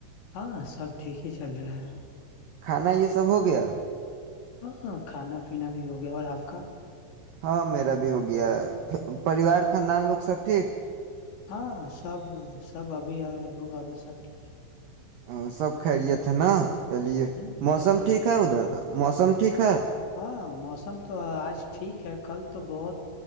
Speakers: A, on the left (about 60°); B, on the right (about 75°).
A: ہاں سب ٹھیک ہی چل رہا ہے
B: کھانا یہ سب ہو گیا
A: ہاں ہاں کھانا پینا بھی ہو گیا اور آپ کا
B: ہاں میرا بھی ہو گیا ہے پریوار خاندان لوگ سب ٹھیک
A: ہاں سب سب ابھی ابو آ بس سب ٹھیک ہے
B: اور سب خیرت ن چلیے
A: ہے ہ
B: موسم
A: سب کہہ
B: ٹھیک
A: رہی
B: ہے ادھر کا موسم ٹھا <inaudible>
A: ہاں موسم تو آج ٹھیک ہے کل تو بہت